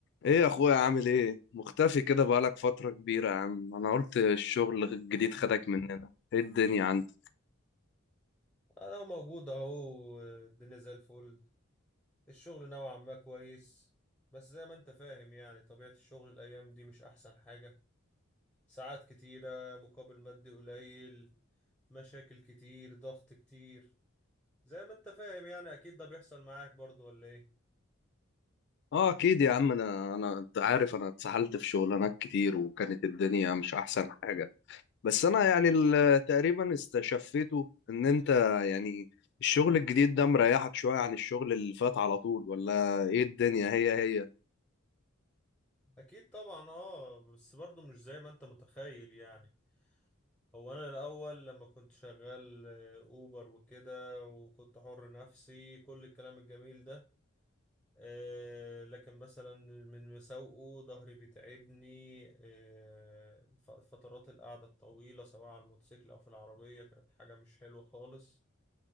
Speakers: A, on the left; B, in the centre.
A: ايه يا اخويا عامل ايه مختفي كده بقالك فترة كبيرة يا عم انا قلت الشغل الجديد خدك مننا ايه الدنيا عندك
B: انا موجود اهو الدنيا زي الفل الشغل نوعا ما كويس بس زي ما انت فاهم يعني طبيعة الشغل الايام دي مش احسن حاجة ساعات كتيرة مقابل مادي قليل مشاكل كتير ضغط كتير زي ما انت فاهم يعني اكيد ده بيحصل معاك برضو ولا ايه
A: اه اكيد يا عم انا انا انت عارف انا اتسحلت في شغلانات كتير وكانت الدنيا مش احسن حاجة بس انا يعني ال- تقريبا استشفيته ان انت يعني الشغل الجديد ده مريحك شوية عن الشغل اللي فات على طول ولا ايه الدنيا هي هي
B: اكيد طبعا اه بس برضو مش زي ما انت متخيل يعني هو انا الاول لما كنت شغال آه، اوبر وكده وكنت حر نفسي كل الكلام الجميل ده آه، لكن مثلا من مساوئه ظهري بيتعبني آه، ف- فترات القعدة الطويلة سواء على الموتوسيكل أو في العربية كانت حاجة مش حلوة خالص